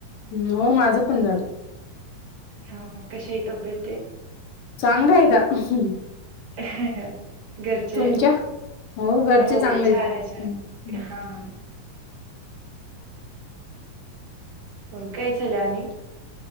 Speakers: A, on the left (about 70°); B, on the right (about 60°).
A: ह् हो माझं पण झालं.
B: हा कषायतबेत ते.
A: चांगायता ह्
B: ह ह घरचे
A: तुमच्या घरचे
B: हो
A: चांगले
B: छान
A: आहेत
B: आहे छान हा हो काय झालं आणि